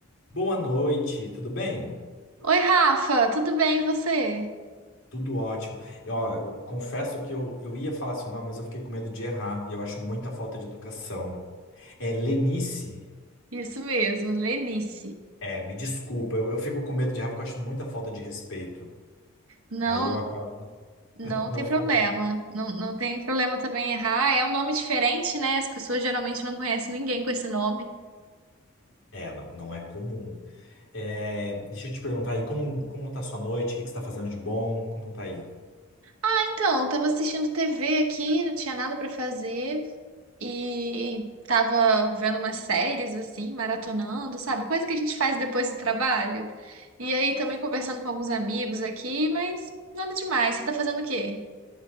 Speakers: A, on the left; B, on the right.
A: Boa noite, tudo bem?
B: Oi, Rafa, tudo bem e você?
A: Tudo ótimo. E, ó, eu confesso que eu, eu ia falar seu nome, mas eu fiquei com medo de errar. E eu acho muita falta de educação. É Lenice?
B: Isso mesmo, Lenice.
A: É, me desculpa, eu, eu fico com medo de errar porque eu acho muita falta de respeito.
B: Não,
A: Aí eu acabo
B: não
A: <laughs> não
B: tem
A: falando.
B: problema. Não, não tem problema também errar. É um nome diferente, né? As pessoas geralmente não conhecem ninguém com esse nome.
A: É, não, não é comum. É, deixa eu te perguntar aí, como, como tá a sua noite? O que que você tá fazendo de bom? Como tá aí?
B: Então, eu tava assistindo TV aqui, não tinha nada pra fazer e tava vendo umas séries assim, maratonando, sabe? Coisa que a gente faz depois do trabalho. E aí também conversando com alguns amigos aqui, mas nada demais. Você tá fazendo o quê?